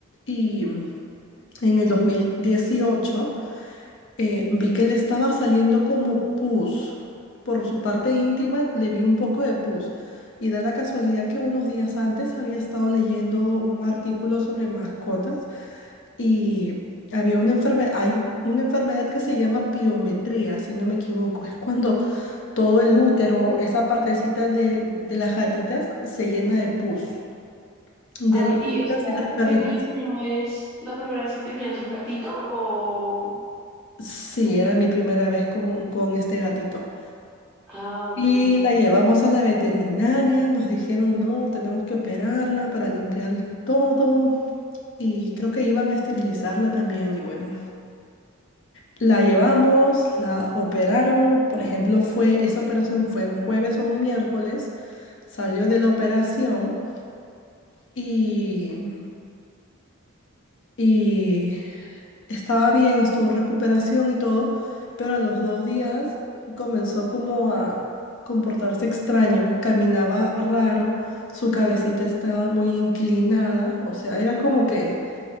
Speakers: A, on the left; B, in the centre.
A: Y en el 2018 eh, vi que le estaba saliendo como pus. Por su parte íntima le vi un poco de pus. Y da la casualidad que unos días antes había estado leyendo un artículo sobre mascotas y había una enfermedad, hay una enfermedad que se llama piometría, si no me equivoco. Es cuando todo el útero, esa partecita de, de las gatitas, se llena de pus. De
B: Ay,
A: las
B: y espera,
A: gatitas y las
B: ¿era
A: perritas.
B: la primera vez, la primera vez que tenías un gatito o...?
A: Sí, era mi primera vez con, con este gatito.
B: Ah, ok.
A: Y la llevamos a la veterinaria, nos dijeron, no, tenemos que operarla para limpiarle todo. Y creo que iban a esterilizarla también. Y bueno, La llevamos, la operaron, por ejemplo, fue, esa operación fue un jueves o un miércoles, salió de la operación y, y estaba bien, estuvo en recuperación y todo, pero a los dos días comenzó como a comportarse extraño, caminaba raro, su cabecita estaba muy inclinada, o sea, era como que